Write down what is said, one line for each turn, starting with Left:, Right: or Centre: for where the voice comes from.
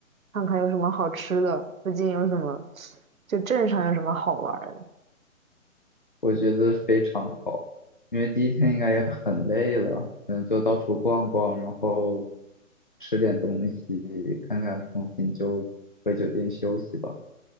Right: 看看有什么好吃的，附近有什么，就镇上有什么好玩儿的。
Left: 我觉得非常好，因为第一天应该也很累了，可能就到处逛逛，然后吃点东西，看看风景，就回酒店休息吧。